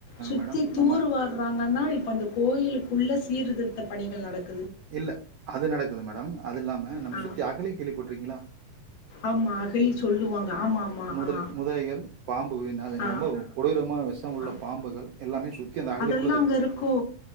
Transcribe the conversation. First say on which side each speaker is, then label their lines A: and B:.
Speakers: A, on the left; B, on the right.
A: சுத்தி
B: மேடம்
A: தூறு
B: நம்ம
A: வார்றாங்கன்னா இப்ப அந்த கோயிலுக்குள்ள சீர்திருத்த பணிகள் நடக்
B: இல்ல அது நடக்குது மேடம் அது இல்லாம நம்
A: ஆ
B: சுத்தி அகழி கேள்விபட்ருக்கீங்களா
A: ஆமா அகழி சொல்லுவாங்க ஆமா ஆமா
B: முதலை
A: ஆ
B: முதலைகள் பாம்பு <unintelligible>
A: ஆ
B: உயரமான விஷமுள்ள
A: ஆ
B: பாம்புகள் எல்லாமே சுத்தி அந்த அகழிக்குள்ள
A: அதெல்லா
B: தா இருக்கு
A: அங்க இருக்கோ